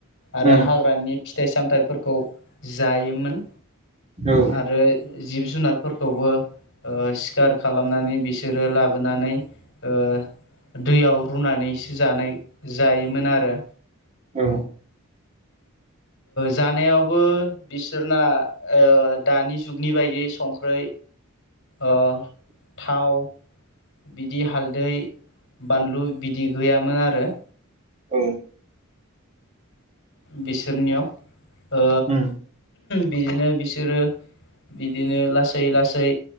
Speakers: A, on the left (about 55°); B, on the right (about 30°).
A: आरो
B: उम
A: हाग्रानि फिथाइ-सामथायाइफोरखौ जायोमोन।
B: औ
A: आरो जिब-जुनारफोरखौबो ओ सिखार खालामनानै बिसोरो लाब बोनानै ओ दैयाव रुनानैसो जानाय जायोमोन आरो
B: औ
A: जानायावबो बिसोरना ओ दानि जुगनि बायदि संख्रै ओ थाव बिदि हालदै बानलु बिदि गैयामोन आरो।
B: औ
A: बिसोरनियाव ओ
B: उम
A: बिदिनो बिसोरो बिदिनो लासै लासै